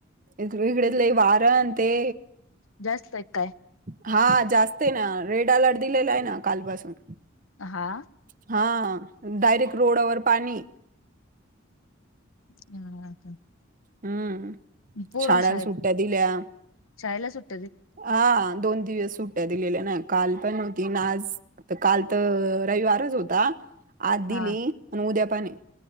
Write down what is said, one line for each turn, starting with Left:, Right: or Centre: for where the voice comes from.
Right: इकडे लई वार न ते.
Left: जास्त आहे की काय?
Right: हा जास्त आहे ना. रेड अलर्ट दिलेला आहे ना कालपासून.
Left: हा.
Right: हा डायरेक्ट रोडावर पाणी
Left: <inaudible>
Right: हम्म.
Left: पर
Right: शाळांना
Left: शाळेत
Right: सुट्ट्या दिल्या.
Left: शाळेला सुट.
Right: हा दोन दिवस उठ. दिलेल्या ना काल पण होती ना आज तर काल तर रविवारच होता. आ
Left: हा
Right: दिली आणि उद्यापने.